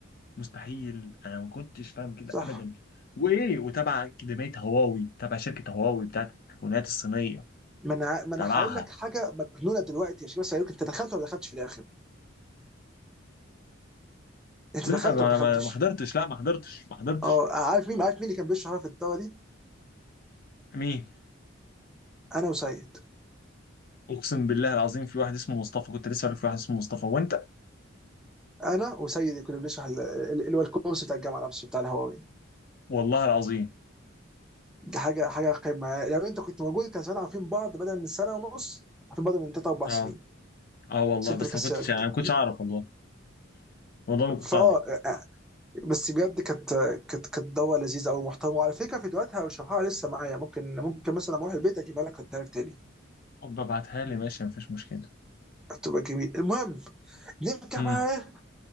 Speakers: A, on the left; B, in the centre.
A: مستحيل انا ما كنتش فاهم كده
B: صح
A: ابدا وايه وتبع اكاديميه هواوي تبع شركه هواوي بتاعت التليفونات الصينيه
B: ما انا ما انا
A: تبعها
B: هقول لك حاجه مجنونه دلوقتي يا شباب سألوك انت دخلت ولا ما دخلتش في الاخر انت
A: لا
B: دخلت
A: ما
B: ولا ما دخلتش
A: ما ما حضرتش لا ما حضرتش ما حضرتش
B: اه عارف مين عارف مين اللي كان بيشرح في الدواء دي
A: مين
B: انا وسيد
A: اقسم بالله العظيم في واحد اسمه مصطفى كنت لسه عارف في واحد اسمه مصطفى وانت
B: انا وسيد كنا بنشرح ال- ال- اللي هو الكورس بتاع الجامعه نفسه بتاع الهواوي
A: والله العظيم
B: دي حاجه حاجه قمه يعني لو انت كنت موجود كان زمان عارفين بعض بدل من سنه ونص عارفين بعض من ثلاث اربع
A: اه
B: سنين
A: اه والله
B: ست
A: بس
B: كسلت
A: ما كنتش يعني ما كنتش اعرف والله والله ما كنت
B: فاه
A: اعرف
B: بس بجد كانت كانت كانت دوا لذيذه قوي محترمه وعلى فكره فيديوهاتها وشرحها لسه معايا ممكن ممكن مثلا اروح البيت اجيبها لك اديها لك تاني
A: ابقى ابعتها لي ماشي مفيش مشكله
B: هتبقى جميل المهم نرجع
A: امم
B: بقى